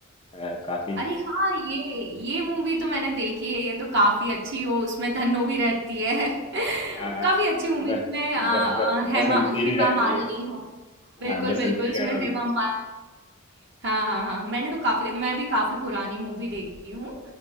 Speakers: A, on the left; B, on the right.
A: अ, काफी
B: अरे हाँ ये ये मूवी तो मैंने देखी है ये तो काफी अच्छी हो उसमें धन्नो भी रहती है <laughs>
A: हाँ हाँ
B: काफी अच्छी मूवी
A: ब,
B: उसमें आ,
A: ब,
B: आ,
A: ब,
B: हेमा
A: बसंती
B: हेमा
A: भी रहती
B: मालिनी
A: है
B: हो बिल्कुल
A: हाँ बसंती
B: बिल्कुल उसमें
A: का रोल
B: हेमा
A: है
B: मालिनी हाँ हाँ हाँ मैंने तो काफी
A: हाँ
B: मैं भी काफी पुरानी मूवी देखती हूँ